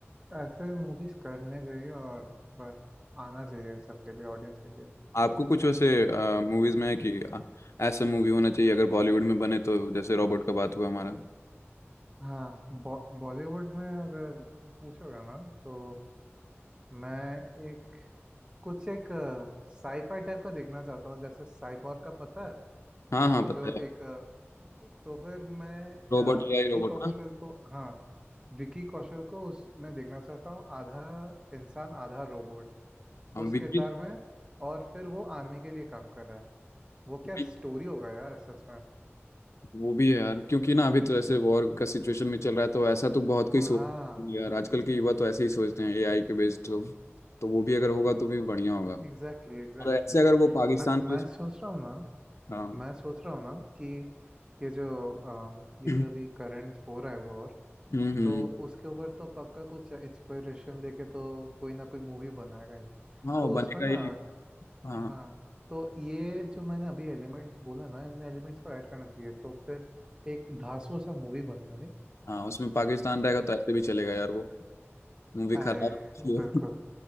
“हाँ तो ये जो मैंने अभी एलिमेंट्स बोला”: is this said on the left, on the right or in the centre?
Right